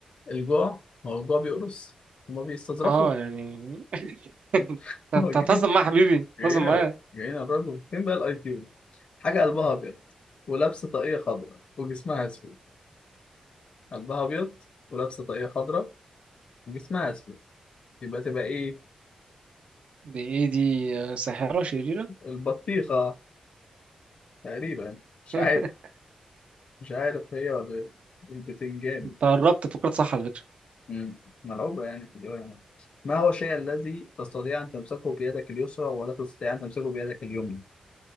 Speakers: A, on the left; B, on the right.
A: الجوع ما هو الجوع بيقرص هما بيستظرفوا
B: اه يعني <laughs>
A: <laughs>
B: انت
A: هو جايين
B: هتهزم معايا يا حبيبي
A: جايين
B: هتهزم
A: على-
B: معايا
A: جايين على الراجل فين بقى الاي كيو حاجة قلبها أبيض ولابسة طاقية خضراء وجسمها أسود قلبها أبيض ولابسة طاقية خضراء وجسمها أسود يبقى تبقى إيه
B: دي ايه دي آه، ساحرة شريرة
A: البطيخة تقريبا مش
B: <laughs>
A: عارف مش عارف هي ولا إيه. البتنجان
B: انت قربت فكرة صح على فكرة
A: مم. ملعوبة يعني في الرواية. ما هو الشيء الذي تستطيع أن تمسكه بيدك اليسرى ولا تستطيع أن تمسكه بيدك اليمنى؟